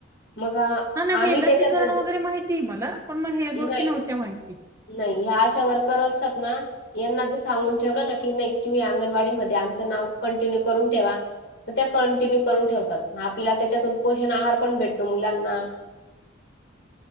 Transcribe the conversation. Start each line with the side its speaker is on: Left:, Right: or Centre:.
Left: मग
Right: हा ना
Left: आम्ही
Right: हे लसीकरण
Left: त्याच्यात
Right: वगैरे माहितीय मला पण मग ह्या
Left: नाही,
Right: गोष्टी नव्हत्या माहिती.
Left: नाही ह्या अशा वर्कर असतात ना यांना जे सांगून ठेवलं ना की नाही तुम्ही अंगणवाडी मध्ये आमचं नाव कंटिन्यू करून ठेवा तर त्या कंटिन्यू करून ठेवतात. आपल्याला त्याच्यातून पोषण आहार पण भेटतो मुलांना.
Right: <inaudible>